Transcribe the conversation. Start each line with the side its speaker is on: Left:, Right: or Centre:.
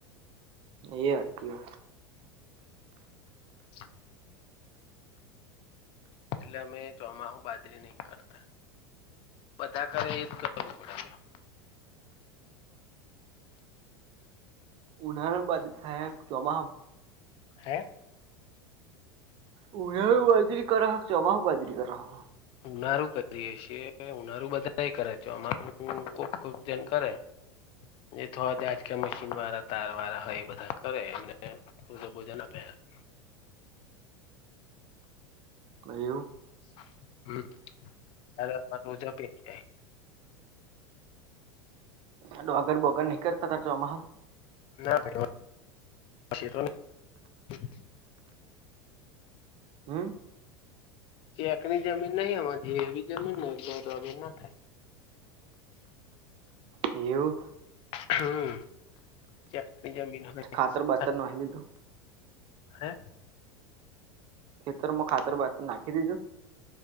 Right: એ હાચી વા
Left: <inaudible> એટલે અમે ચોમાસુ બાજરી નહી કરતા બધા કરે એ જ તો જરૂર <unintelligible>
Right: ઉનાળામાં બાજરી થાય ચોમાસ
Left: હે
Right: <unintelligible>
Left: ઉનારું કરીએ છી ઉનારુ બધા કરે છે અમાર કોબ કોબ જન કરે જે થોડા આજકા મશીન વાળા તાર વાળા હોય બધા કરે એમને <unintelligible>
Right: <unintelligible>
Left: <unintelligible>
Right: ડૉગર બોગર નહીં કરતા હતા <unintelligible>
Left: ના ભાઈ <unintelligible>
Right: હમ્મ
Left: ચેકની જમીન નહી અમાં જે એવી જમીન હોય ડાંગર વગેર ના થાય.
Right: એવું
Left: હમ્મ <unintelligible>
Right: ખાતર બાતર નાખી દીધું
Left: <unintelligible>
Right: ખેતરમાં ખાતર બાતર નાખી દીધું